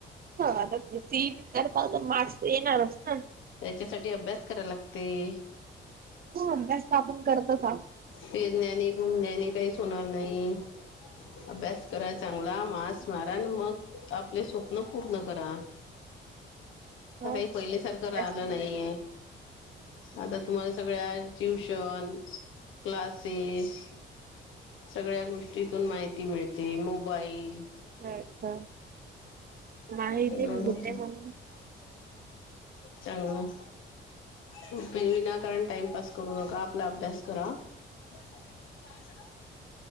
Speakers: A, on the right; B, on the left.
A: ह आता सीईटी केल्यावर, मार्क्स तर येणारच ना.
B: त्याच्यासाठी अभ्यास कराय लागतेय.
A: हो अभ्यास तर आपण करतच आहोत.
B: फिरण्याने घुमण्याने काहीच होणार नाही, अभ्यास कराय चांगला मार्कस मारा आणि मग आपले स्वप्न पूर्ण करा. आता
A: हो
B: काय
A: अभ्यास
B: पहिलेसारखं राहिलं
A: अच्छा
B: नाही. आता तुम्हाला सगळ्यांचं ट्युशन क्लासेस, सगळ्या गोष्टीतून माहिती मिळते मोबाईल.
A: अच्छा- अच्छा. माहिती
B: म्हणून
A: मिळते मग.
B: चांगलं. कुठे विनाकारण टाइमपास करू नका, आपला अभ्यास करा. <unintelligible>